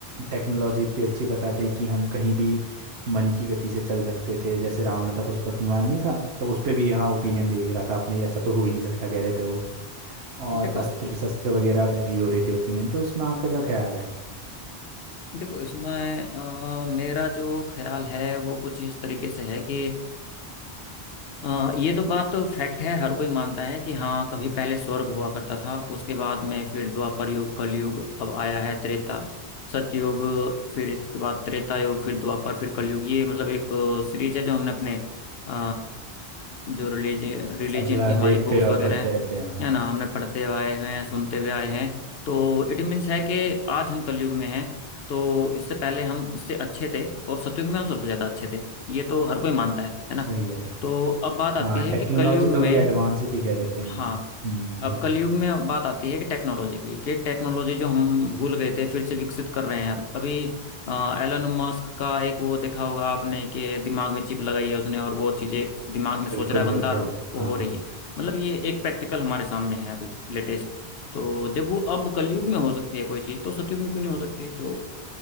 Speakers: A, on the right; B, on the left.
A: टेक्नोलॉजी इतनी अच्छी बताते हैं कि हम कहीं भी मन की गति से चल सकते थे जैसे रावण का पुष्पक विमान नहीं था
B: हम्म।
A: तो उस पे भी यहाँ ओपिनियन देख रहा था आपने ऐसा तो हो ही नहीं सकता कह रहे थे वो और
B: देखो
A: अस्त्र शस्त्र वगैरह में भी हो रही थी ओपिनियन तो इसमें आपका क्या ख्याल है
B: देखो इसमें अ, मेरा जो ख्याल है वो कुछ इस तरीके से है कि अ, ये तो बात तो फैक्ट है हर कोई मानता है कि हाँ कभी पहले स्वर्ग हुआ करता था उसके बाद में फिर द्वापर युग कलयुग अब आया है त्रेता सतयुग फिर इसके बाद त्रेता युग फिर द्वापर फिर कलयुग ये मतलब एक सीरीज है जो हमने अपने अ, जो रिलीजन रिलीजन
A: सब जगह
B: की हमारी
A: देखते
B: बुक्स
A: और
B: वगैरह
A: पढ़ते
B: हैं
A: रहते हैं हाँ
B: है ना हमने पढ़ते आए हैं सुनते हुए आए हैं तो इट मीन्स है कि आज हम कलयुग में हैं तो इससे पहले हम इससे अच्छे थे और सतयुग में हम सबसे ज्यादा अच्छे थे ये तो हर कोई मानता है है
A: सही
B: ना
A: कह रहे हैं
B: तो अब बात आती
A: हाँ
B: है
A: टेक्नोलॉजी
B: कि कलयुग
A: थोड़ी
B: में
A: एडवांस थी कह रहे थे हाँ
B: हाँ
A: हम्म,
B: अब
A: बत-
B: कलयुग में बात आती है कि टेक्नोलॉजी की कि टेक्नोलॉजी जो हम भूल गए थे फिर से विकसित कर रहे हैं अब अभी एलन मस्क का एक वो देखा होगा आपने कि दिमाग में चिप लगाई है उसने और वो चीजें दिमाग में सोच
A: बिल्कुल
B: रहा है बंदा
A: बिल्कुल
B: और वो
A: हाँ
B: हो रही है मतलब ये एक प्रैक्टिकल हमारे सामने है अभी लेटेस्ट तो जब वो अब कलयुग में हो सकती है कोई चीज तो सतयुग में क्यों नहीं हो सकती तो